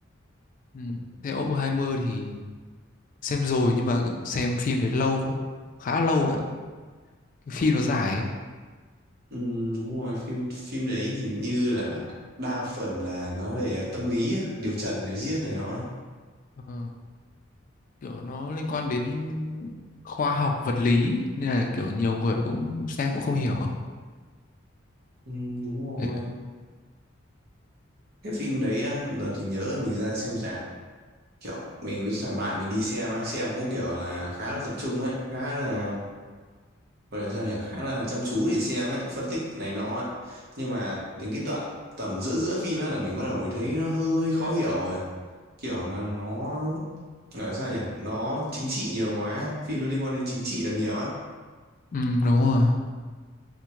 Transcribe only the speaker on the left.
Ừ. xem Oppenheimer thì xem rồi nhưng mà xem phim đấy lâu khá lâu rồi đấy. cái phim nó dài ấy.
Ờ. kiểu nó liên quan đến khoa học vật lý nên là kiểu nhiều người cũng xem cũng không hiểu á.
Thế-
Ừ, đúng rồi.